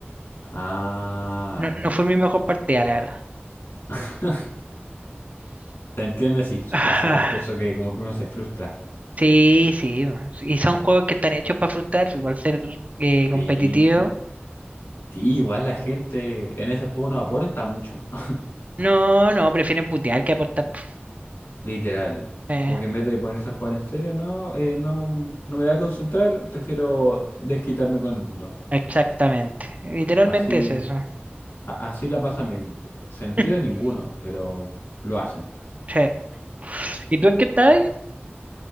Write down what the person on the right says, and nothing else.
No, no fue mi mejor partida, la
verdad.
<sighs>
Sí, sí, y son juegos que están hechos para frustrar, para ser eh, competitivos.
No, no, prefieren putear que aportar. po.
Eh,
exactamente, literalmente
es eso.
<laughs>
Sí. ¿Y tú en qué estás?